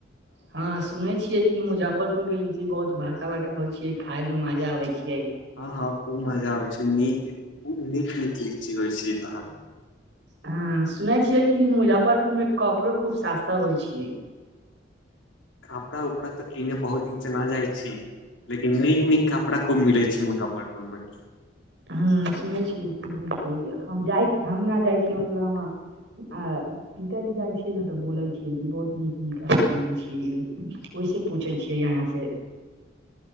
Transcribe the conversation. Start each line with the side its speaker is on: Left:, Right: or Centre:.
Right: हँ, सुनै छियै कि मुजफ्फरपुर पुर के लीची बहुत बड़का बड़का होइ छै, खाय मे माजा आबे छियै।
Left: हँ हँ खूब माजा आबै छै। नीक, खूब नीक नीक लीची होइ छै एतऽ।
Right: ह सुनै छियै कि, मुजफ्फरपुर में कपड़ो खूब सास्ता होइ छियै।
Left: कापड़ा उपड़ा तऽ किने बहुत दिन से न जाइ छी। लेकिन नीक नीक कापड़ा खूब मिलै छै मुजफ्फरपुर मे।
Right: ह सुनै छी, सुनै छी हम जाइत, हम ना जाइत छी मतलब हम पिताजी जाइ छियै ने तऽ बोलै छियै कि बहुत नीक नीक कपड़ा मिलै छियै। ओहिसे पूछै छियै यहाँ से